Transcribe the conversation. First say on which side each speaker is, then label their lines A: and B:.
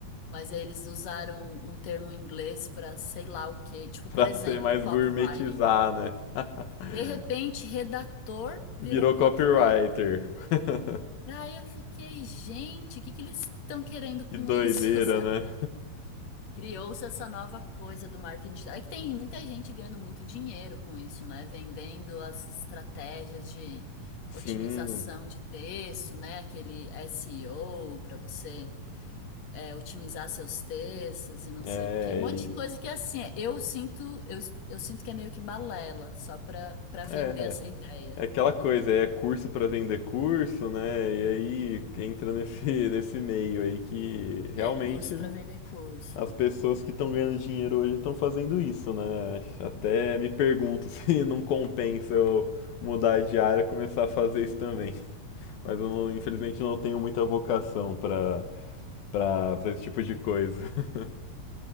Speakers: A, on the left; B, on the left.
A: mas aí eles usaram um termo em inglês pra sei lá o quê. Tipo,
B: Pra
A: por exemplo,
B: ser mais
A: copywriting.
B: gourmetizar, né? <laughs>
A: De repente, redator virou
B: Virou
A: copywriting.
B: copywriter. <laughs>
A: Aí eu fiquei, gente, o que que eles estão querendo com
B: Que doideira,
A: isso, <laughs> sabe?
B: né?
A: Criou-se essa nova coisa do marketing digital. É que tem muita gente ganhando muito dinheiro com isso, né? Vendendo as estratégias de
B: <laughs> Sim,
A: otimização de texto, né? Aquele SEO para você é, otimizar seus textos e não
B: é,
A: sei o quê. Um monte
B: e-
A: de coisa que assim, eu sinto, eu, eu sinto que é meio que balela, só para para vender
B: é,
A: essa ideia.
B: é aquela coisa, é curso pra vender curso, né? E aí entra nesse, <laughs> nesse meio aí que realmente
A: É curso para vender curso.
B: As pessoas que estão ganhando dinheiro hoje estão fazendo isso, né? Até me pergunto <laughs> se não compensa eu mudar de área e começar a fazer isso também. <laughs> Mas eu não- infelizmente eu não tenho muita vocação para para para esse tipo de coisa. <laughs>